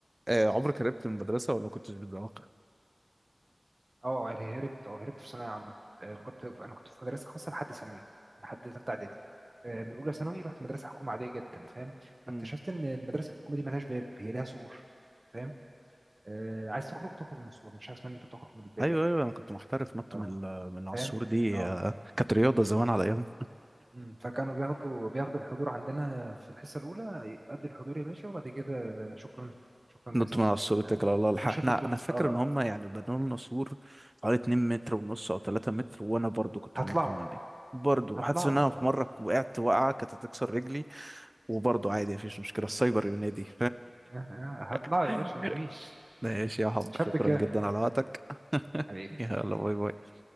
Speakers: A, on the right (about 25°); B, on the right (about 45°).
A: آه عمرك هربت من المدرسة ولا ما كنتش بتذاكر؟
B: اه هربت اه هربت في ثانويه عامه آه، كنت انا كنت في مدرسه خاصه لحد ثانوي لحد ثالثه اعدادي آه، من اولى ثانوي رحت مدرسه حكومه عاديه جدا فاهم
A: مم.
B: فاكتشفت ان المدرسه الحكومه دي ملهاش باب هي لها سور فاهم آه، عايز تخرج تخرج من السور مش حاجه اسمها ان انت تخرج من الباب
A: ايوه
B: يعني
A: ايوه انا كنت محترف نط
B: اه
A: من ال- من على
B: فاهم
A: السور دي
B: اه
A: آه، كانت رياضة زمان على ايامنا
B: أمم، فكانوا بياخدوا بياخدوا الحضور عندنا في الحصه الاولى قد الحضور يا باشا وبعد كده شكرا شكرا
A: نط
B: جزيلا
A: من على السور اتكل
B: آه،
A: على الله الحق
B: اشوفك
A: احنا
B: بكره
A: انا فاكر
B: اه
A: ان هم يعني بنوا لنا سور حوالي 2 متر ونص او 3 متر وانا برضو كنت
B: هطلعوا
A: بنط من دي برضو
B: هطلعوا
A: حاسس ان انا في مرة وقعت وقعة كانت هتكسر رجلي وبرضه عادي مفيش مشكلة السايبر ينادي
B: آه، آه، هطلعوا
A: <laughs>
B: يا باشا مفيش
A: ماشي يا حب
B: شاب
A: شكرا
B: كده
A: جدا على وقتك
B: حبيبي
A: يلا باي باي